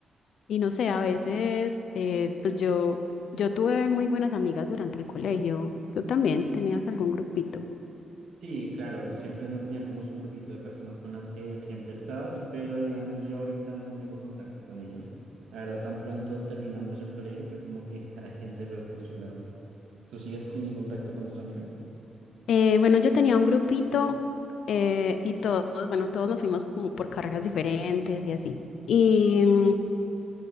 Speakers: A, on the left; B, on the right.
A: y no sé, a veces, eh, pues yo, yo tuve muy buenas amigas durante el colegio. ¿Tú también tenías algún grupito?
B: Sí, claro, siempre uno tenía como su grupito de personas con las que siempre estabas, pero digamos yo ahorita no tengo contacto con ellos. La verdad, tan pronto terminamos el colegio fue como que cada quien se fue por su lado. ¿Tú sigues en contacto con tus amigos?
A: Eh, bueno, yo tenía un grupito eh, y todos, bueno, todos nos fuimos como por carreras diferentes y así. Y, mm,